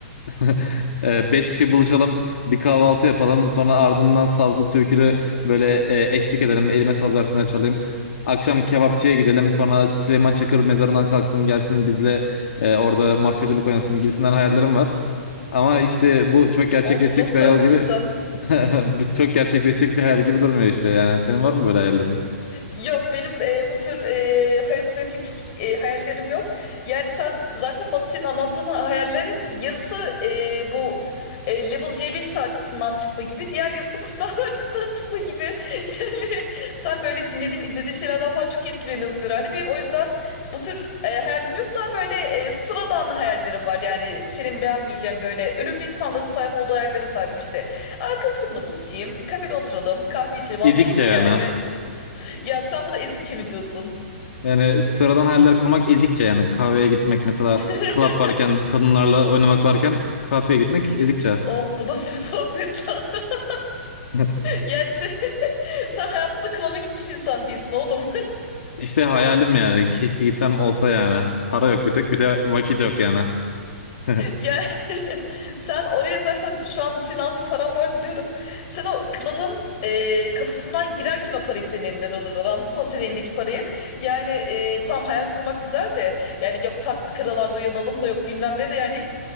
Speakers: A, on the left; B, on the left.
A: <laughs> E, beş kişi buluşalım, bir kahvaltı yapalım. Sonra ardından sazlı türkülü böyle e, eşlik edelim. Elime saz versinler çalayım. Akşam kebapçıya gidelim. Sonra Süleyman Çakır mezarından kalksın gelsin bizle e, orada mafyacılık oynasın gibisinden hayallerim var. Ama işte bu çok gerçekleşecek
B: Oğlum şizofren
A: bir hayal
B: misin
A: gibi
B: sen?
A: <laughs> bu çok gerçekleşecek bir hayal gibi durmuyor işte yani. Senin var mı böyle hayallerin?
B: Yok benim e, bu tür e, halüsinatif e, hayallerim yok. Yani sen zaten bana senin anlattığın hayallerin yarısı e, bu e, Level C5 şarkısından çıkma gibi, diğer yarısı Kurtlar Vadisi'nden çıkma gibi. <laughs> Yani sen böyle dinlediğin, izlediğin şeylerden falan çok etkileniyorsun herhalde. Benim o yüzden bu tür e, hayallerim yok. Daha böyle e, sıradan hayallerim var. Yani senin beğenmeyeceğin böyle ölümlü insanların sahip olduğu hayallere sahibim işte. Arkadaşımla buluşayım, kafede oturalım, kahve içelim anladın
A: Ezikçe
B: mı
A: yani.
B: yani?
A: ha.
B: Ya sen buna ezikçe mi diyorsun?
A: Yani sıradan hayaller kurmak ezikçe yani. Kahveye gitmek mesela
B: <laughs>
A: club varken kadınlarla oynamak varken kafeye gitmek ezikçe.
B: Oğlum bu nasıl bir sohbet lan? <laughs>
A: <laughs>
B: Yani sen, sen hayatında klaba gitmiş insan değilsin oğlum. <laughs>
A: İşte hayalim yani. Keşke gitsem olsa yani. Para yok bir tek bir de vakit yok yani. <laughs>
B: Yani <laughs> sen oraya zaten şu an senin az bir paran var biliyorum. Sen o klabın e, kapısından girerken o parayı senin elinden alırlar anladın mı? O senin elindeki parayı. Yani e, tam hayal kurmak güzel de yani yok farklı karalarda uyanalım da yok bilmem ne de yani